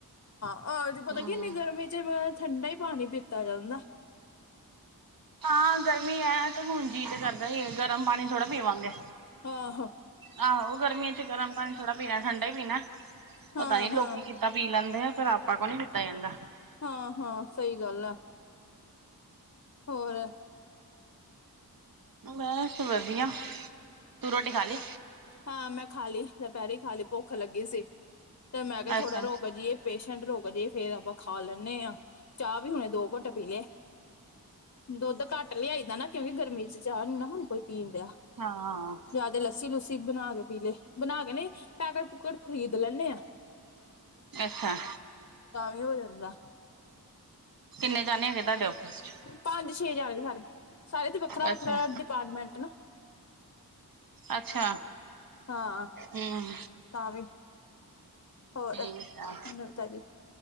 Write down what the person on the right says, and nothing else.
ਹਮ
ਹਾਂ ਗਰਮੀ ਹੈ ਤੇ ਹੁਣ ਜੀਅ ਤੇ ਕਰਦਾ ਹੀ ਗਰਮ ਪਾਣੀ ਥੋੜਾ ਪੀਵਾਂਗੇ
ਆਹੋ ਗਰਮੀਆਂ ਚ ਗਰਮ ਪਾਣੀ ਥੋੜਾ ਪੀਣਾ, ਠੰਡਾ ਹੀ ਪੀਣਾ ਪਤਾ
ਨੀ ਲੋਕੀ
ਕਿ ਤਾਂ ਪੀ ਲੈਂਦੇ ਆ ਫਿਰ ਆਪਾਂ ਕੋਲ ਨੀ ਪੀਤਾ ਜਾਂਦਾ
ਮੈਂ ਸ ਵਧੀਆ, ਤੂੰ ਰੋਟੀ ਖਾ ਲਈ
ਅੱਛਾ,
ਹਾਂ
ਅੱਛਾ
ਕਿੰਨੇ ਜਾਣੇ ਹੈਗੇ ਤੁਹਾਡੇ ਆਫਿਸ ਚ?
ਅੱਛਾ,
ਅੱਛਾ
ਹਮ
ਠੀਕ ਆ